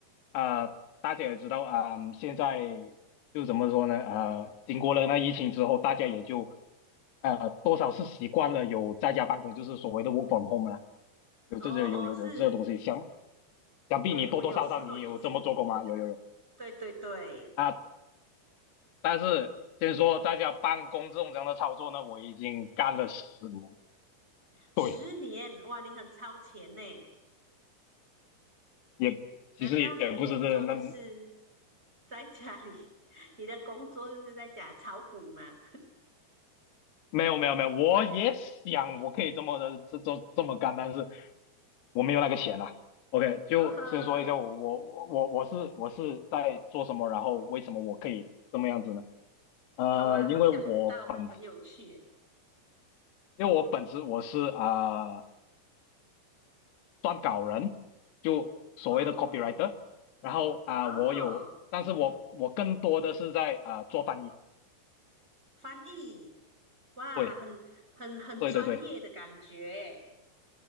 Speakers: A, on the left; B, on the right.
A: 啊，大家也知道啊，现在就怎么说呢？呃，经过了那疫情之后，大家也就呃多少是习惯了有在家办公，就是所谓的 work from home 了，有这些有有有这东西，
B: 哦哦，是，
A: 想想必你多多少少你有这么做过吗？
B: 对，我有时候也是，
A: 有有有
B: 对对对，
A: 啊，但是先说在家办公这种这样的操作呢，我已经干了十年，
B: 十年，
A: 对，
B: 哇，你很超前呢，
A: 也其实也不是这那
B: 难道你的工作就是 <laughs> 在家里，<laughs> 你的工作就是在家炒股吗？
A: 没有没有没有，我也想我可以这么的这这这么干，但是我没有那个钱啊。OK，就先说一下我我我我我是我是在做什么，
B: 呃呵，
A: 然后为什么我可以这么样子呢？呃，
B: 好啊，
A: 因为我本
B: 好想知道哦，很有趣诶，
A: 因为我本职我是啊、呃撰稿人，就所谓的
B: 哦
A: copywriter。然后啊、
B: 哦，
A: 我有，但是我我更多的是在啊、做翻译。
B: 翻译，哇，
A: 对
B: 很很很专业的感觉
A: 对对对，